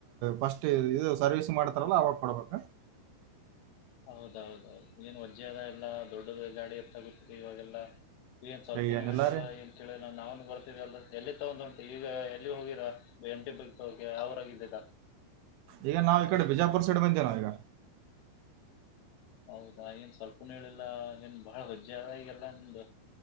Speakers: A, on the right; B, on the left.
A: ಫಸ್ಟ್ ಇದು <unintelligible> ಸರ್ವಿಸ್ ಮಾಡ್ತಾರಲ್ಲ ಅವಾಗ ಕೊಡ್ಬೇಕ.
B: ಹೌದೌದೌದು್ ಏನ್ ವಜ್ಜೆ ಅದ ಎಲ್ಲಾ ದೊಡ್ಡ ಗಾಡಿ ಎತ್ತ ಗತತಿ ಇವಾಗೆಲ್ಲ. ಏನ್ ಸ್ವಲ್ಪನುೂ
A: ಈಗ ಏನಿಲ್ಲ
B: ಹೇಳಿಲ್ಲಾ
A: ರೀ
B: ಏನ್ ಕೇಳೋ ನಾನು. ಎಲ್ಲಿ ತಗೊಂಡ್ ಉಂಟು ಈಗ ಎಲ್ಲಿ ಹೋಗಿರಾ ಎಂಟಿ ಬ ತಕ ಯಾವರಾಗಿದ್ದಿದ್ದ <unintelligible>
A: ಈಗ ನಾವವು ಈ ಕಡೆ ಬಿಜಾಪುರ್ ಸೈಡ್ ಬಂದೇ ನಾವ ಈಗ.
B: ಹೌದಾ ಏನ್ ಸ್ವಲ್ಪನ ಹೇಳಿಲ್ಲಾ ಏನ್ ಬಾಳ ಹೊಜ್ಜೆ ಆದಗೆಲ್ಲ ನಿಮ್ದು.